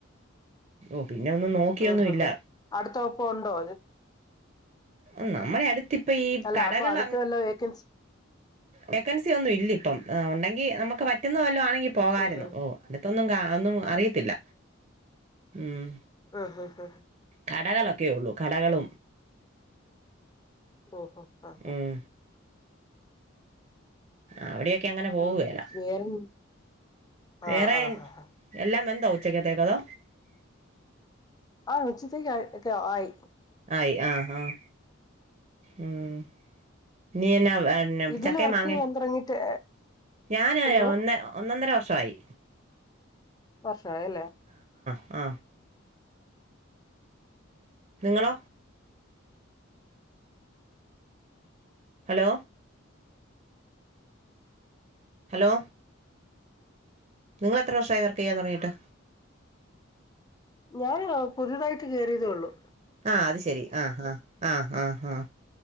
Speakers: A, on the right; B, on the left.
A: ഓ പിന്നെ ഒന്നും നോക്കിയൊന്നുമല്ല
B: ആഹ് ആഹ് അടുത്ത ഒപ്പം ഉണ്ടോ
A: ഉ നമ്മുടെ അടുത്ത് ഇപ്പ ഈ
B: അല്ല
A: കടകൾ
B: അപ്പൊ അടുത്ത വല്ല വേക്കൻസി
A: വേക്കൻസി ഒന്നും ഇല്ല ഇപ്പം ഉണ്ടെങ്കി നമുക്ക് ക്കെ പറ്റുന്ന വല്ല ആണെങ്കി പോകായിരുന്നു
B: ആഹ്
A: ഓ അടുത്തൊന്നും കാ ഒന്നും അറിയത്തില്ല ഉം
B: ആ ഹ ഹ
A: കടകളൊക്കെ ഉള്ളൂ കടകളും
B: ഓഹ ഹഹ ഹാ
A: ഉം അവിടെൊക്കെ അങ്ങനെ പോവല്ല
B: ഉം വേറെ
A: വേറെ
B: ആഹ് ആഹ് ആഹ്
A: എല്ലാം എ ഉച്ചക്കത്തെക്കത
B: ആ ഉച്ചിത്തേക്ക് ആയി
A: ആയി ആഹ് ആഹ ഉം നീ എന്ന എന്ന
B: ഇതില്
A: ചക്ക
B: വർക്ക്
A: മാങ്ങ
B: ചെയ്യാൻ തുടങ്ങിട്ട്
A: ഞാന്
B: എന്തോ
A: ഒന്ന ഒന്നൊന്നര വർഷമായി
B: പഷായല്ലേ
A: ആ നിങ്ങളോ ഹലോ ഹലോ നിങ്ങള്ൾ എത്ര വർഷ ആ വർക്ക് ചെയ്യാൻ തുറങ്ങിട്ട്
B: ഞാന് പുതിതായിട്ട് കയറിയതേള്ളു
A: ആഹ അത് ശെരി ആഹ് ആഹ് ആഹ് ആഹ് ആഹ്